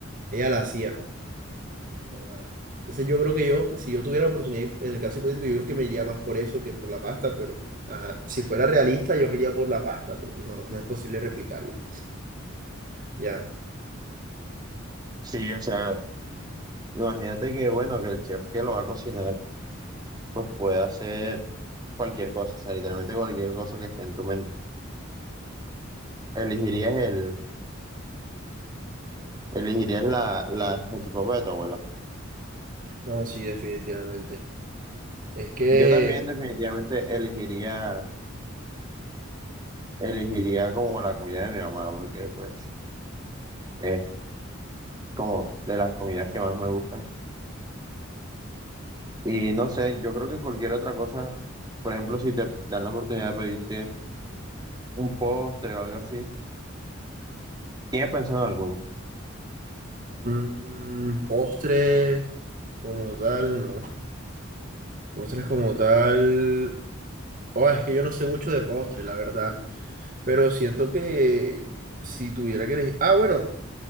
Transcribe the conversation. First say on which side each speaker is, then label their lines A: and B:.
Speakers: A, on the right (about 40°); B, on the right (about 20°).
A: ella la hacía. joda. Entonces yo creo que yo, si yo tuviera la oportunidad, en el caso hipotético, yo creo que me iría más por eso que por la pasta, pero ajá, si fuera realista, yo me iría por la pasta, porque no, no es posible replicarla. Ya,
B: Sí, o sea, imagínate que, bueno, que el chef que lo va a cocinar, pues puede hacer cualquier cosa, o sea, literalmente cualquier cosa que esté en tu mente. Elegirías el, elegirías la, la salchipapa de tu abuela.
A: no, sí, definitivamente. Es que...
B: Yo también definitivamente elegiría, elegiría como la comida de mi mamá, porque pues es como de las comidas que más me gustan. Y no sé, yo creo que cualquier otra cosa, por ejemplo, si te dan la oportunidad de pedirte un postre o algo así, ¿tienes pensado en alguno?
A: mm, postres. Como tal, no. Postres como tal. Oh, es que yo no sé mucho de postres, la verdad. Pero siento que si tuviera que elegir. Ah, bueno,